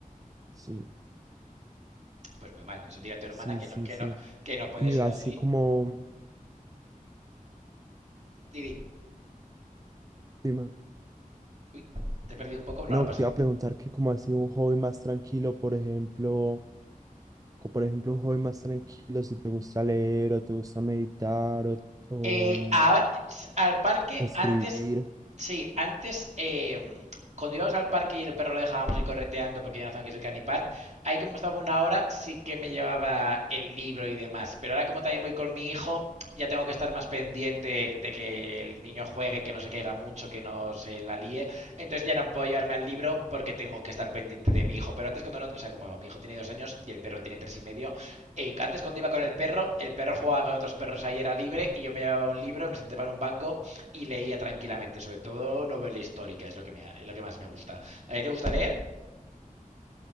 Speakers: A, on the right (about 25°); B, on the right (about 55°).
A: Sí,
B: Pues muy mal. Eso dirá tu hermana
A: sí,
B: que
A: sí,
B: no, que
A: sí.
B: no, que no puede
A: Y
B: ser
A: así
B: así.
A: como,
B: Didi,
A: dime,
B: uy, te he perdido un poco. No,
A: no,
B: no pasa
A: te
B: nada.
A: iba a preguntar que como así un hobby más tranquilo, por ejemplo. Como por ejemplo un hobby más tranquilo, si te gusta leer o te gusta meditar o, o
B: Eh,
A: mm,
B: ahora, al parque,
A: escribir.
B: antes, sí, antes, eh, cuando íbamos al parque y el perro lo dejábamos ir correteando porque ya no zona que es el Canny Park, ahí como estaba una hora, sí que me llevaba el libro y demás. Pero ahora como también voy con mi hijo, ya tengo que estar más pendiente de que el niño juegue, que no se caiga mucho, que no se la líe. Entonces ya no puedo llevarme al libro porque tengo que estar pendiente de mi hijo. Pero antes cuando no, o sea, como mi hijo tiene dos años y el perro tiene tres y medio, eh, antes cuando iba con el perro, el perro jugaba con otros perros ahí era libre y yo me llevaba un libro, me sentaba en un banco y leía tranquilamente, sobre todo novela histórica, es lo que, me, es lo que más me gusta. ¿A ti te gusta leer?